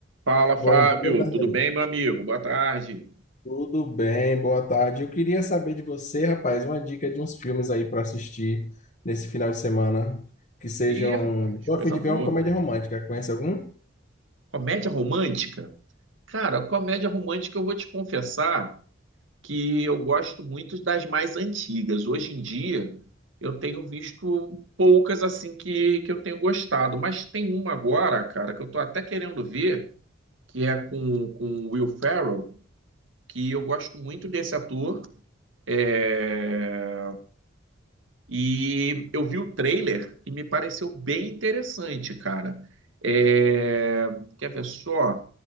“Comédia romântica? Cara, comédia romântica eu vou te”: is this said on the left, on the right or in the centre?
Right